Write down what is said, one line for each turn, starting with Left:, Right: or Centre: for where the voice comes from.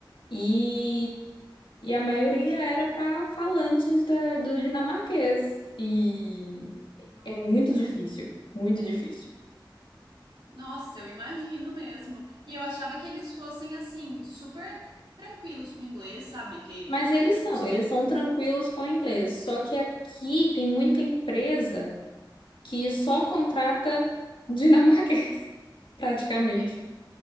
Left: e, e a maioria era para falantes da, do dinamarquês e
Right: Nossa.
Left: é muito difícil, muito difícil.
Right: Nossa, eu imagino mesmo. E eu achava que eles fossem assim super tranquilos com o inglês, sabe? Que
Left: Mas eles
Right: você
Left: são,
Right: conseguiria.
Left: eles são tranquilos com o inglês. Só que aqui tem muita empresa que só contrata dinamarquês, <laughs> praticamente.
Right: Entendi,